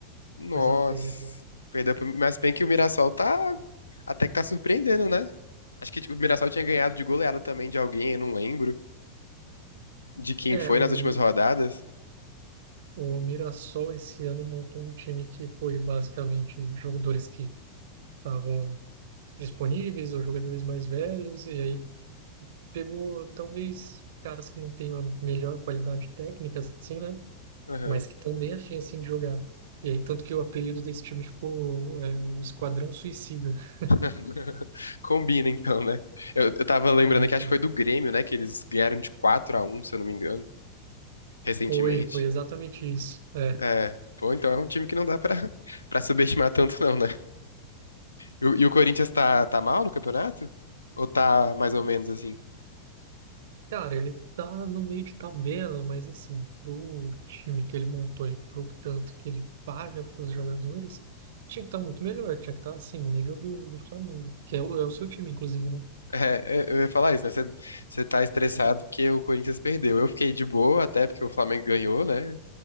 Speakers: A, on the left (about 80°); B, on the right (about 55°).
A: Nossa,
B: Coisa feia, viu?
A: perdeu pro- mas bem que o Mirassol tá até que tá surpreendendo, né? Acho que o Mirassol tinha ganhado de goleada também de alguém, eu não lembro de quem
B: É,
A: foi
B: o,
A: nas últimas rodadas.
B: o Mirassol esse ano montou um time que foi basicamente jogadores que estavam disponíveis ou jogadores mais velhos, e aí pegou talvez caras que não têm a melhor qualidade técnica, assim, né?
A: Aham.
B: mas que estão bem afim assim de jogar. E aí, tanto que o apelido desse time ficou é, o Esquadrão Suicida. <laughs>
A: <laughs> Combina então, né? Eu, eu tava lembrando
B: É, então,
A: que acho que foi do Grêmio, né? Que eles ganharam de 4 a um, se eu não me engano, recentemente.
B: foi, foi exatamente isso. É.
A: É. Pô, então é um time que não dá pra, <laughs> pra subestimar tanto, não, né? E, o e o Corinthians tá, tá mal no campeonato? Ou tá mais ou menos assim?
B: Cara, ele tá no meio de tabela, mas assim, pro time que ele montou e pro tanto que ele paga pros jogadores, tinha que estar muito melhor, tinha que estar assim, no nível do, do Flamengo, que é o, é o seu time, inclusive, né?
A: É, é, eu ia falar isso, né? Você você tá estressado porque o Corinthians perdeu. Eu fiquei de boa até porque o Flamengo ganhou, né?